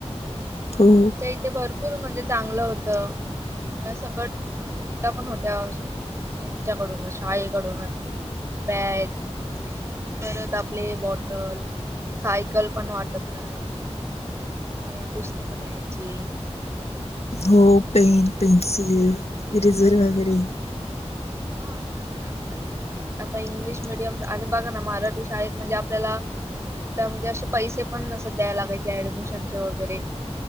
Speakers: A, on the right; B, on the left.
A: म्हणजे
B: हो
A: आमच्या इथे भरपूर. भरपूर म्हणजे चांगलं होतं म्हणजे सगळ्या सकट म्हणजे सुविधा पण होत्या. म्हणजे त्यांच्याकडूनच शाळेकडूनच. बॅग परत आपले बॉटल सायकल पण वाटप करायचे. वह्या पुस्तक द्यायची.
B: हो पेन, पेन्सिल, इरेझर
A: हो.
B: वगैरे
A: हा आता ते आ त आता इंग्लिश मिीडियम आणि बघा ना मराठी शाळेत म्हणजे आपल्याला. कुठल्या म्हणजे असे पैसे पण नस द्याय लागायचे ऍडमिशनचे वगैर.